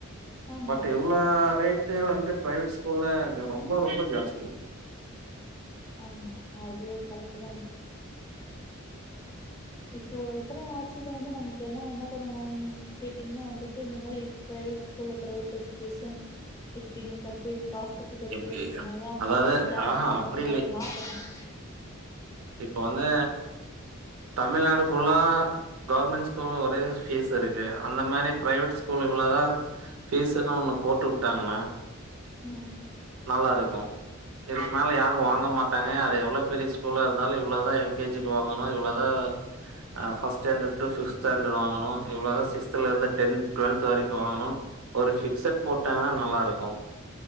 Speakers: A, on the left; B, on the right.
A: ஆமா
B: பட் எவ்ளா ரேட் வந்துட்டு பிரைவேட் ஸ்கூல்ல ரொம்ப ரொம்ப ஜாஸ்தி
A: ஆமா அது கரெக்ட்டு தான் சார் இப்போ ஒருத்தர ஆட்சியில வந்து நமக்கு எல்லாம் என்ன பண்ணணு கேட்டீங்கன்னா வந்துட்டு இந்த மாரி பிரைவேட் ஸ்கூல்ல பிரைவேட் எஜுகேஷன் இப்படி கட்டி பாஸ் கட்டி படிக்க
B: இப்
A: வச்சீங்கன்னாதான்
B: இ அதாவது
A: ஒரு ஸ்டாண்டர்ட்
B: ஆஹா
A: வரும்
B: அப்படி
A: அத மாத்தனும்
B: இப்போ வந்து தமிழ்நாடு ஃபுல்லா கவர்மெண்ட் ஸ்கூல்ல ஒரே ஃபீஸ் இருக்கு அந்த மாரி பிரைவேட் ஸ்கூல் இவ்வுளோ தான் ஃபீஸ்ன்னு ஒன்னு போட்டு வுட்டாங்கன்னா
A: உம்
B: நல்லாருக்கும் இதுக்கு மேல யாரும்
A: ம்
B: வாங்க மாட்டாங்க அது எவ்வுளோ பெரிய ஸ்கூலாக இருந்தாலும் இவ்வளோ தான் எல்கேஜிக்கு வாங்கணும் இவ்வளோ தான் first standard to fifth standard வாங்கணும் இவ்வளோ தான் சிக்ஸ்த்துல இருந்து டென்த் டுவெல்த் வரைக்கும் வாங்கணும்னு ஒரு ஃபிக்சட் போட்டாங்கன்னா நல்லாருக்கும்